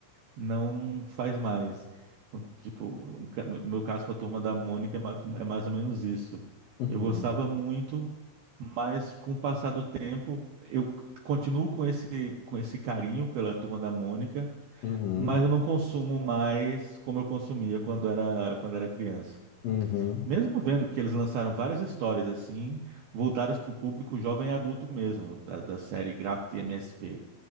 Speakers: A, on the right; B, on the left.
A: não faz mais. Então, Tipo, um ca- meu caso com a Turma da Mônica é mais, é mais ou menos isso.
B: uhum,
A: Eu gostava muito, mas com o passar do tempo, eu continuo com esse, com esse carinho pela Turma da Mônica,
B: uhum,
A: mas eu não consumo mais como eu consumia quando era, quando era criança.
B: uhum.
A: Mesmo vendo que eles lançaram várias histórias assim, voltadas para o público jovem e adulto mesmo, da, da série Graphic MSP,